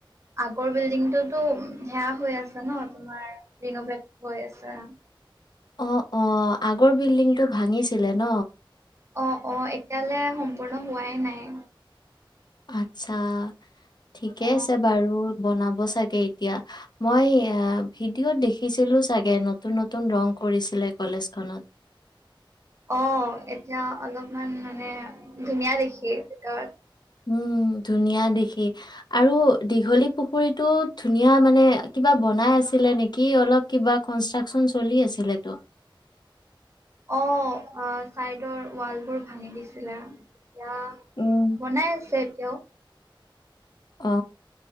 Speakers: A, on the right; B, on the left.
A: আগৰ বিল্ডিংটোতো ধেয়া হৈ আছে ন তোমাৰ ৰিনভট হৈ আছে
B: অ অ আগৰ বিল্ডিংটো ভাঙিছিলে ন
A: অ অ এতিয়ালৈ সম্পূৰ্ণ হোৱাই নাই
B: আচ্ছা ঠিকে
A: অ
B: আছে বাৰু বনাব চাগে এতিয়া মই ভিডিঅ'ত দেখিছিলো চাগে নতুন নতুন ৰং কৰিছিলে কলেজখনত
A: অ এতিয়া অলপমান মানে ধুনীয়া দেখি ভিতৰত
B: উম ধুনীয়া দেখি আৰু দীঘলী পুখুৰীটো ধুনীয়া মানে কিবা বনাই আছিলে নেকি অলপ কিবা কনষ্ট্ৰাকচন চলি আছিলেতো
A: অ চাইডৰ ৱাল বোৰ ভাঙি দিছিলে এতিয়া
B: উম
A: বনাই আছে কিয়
B: অ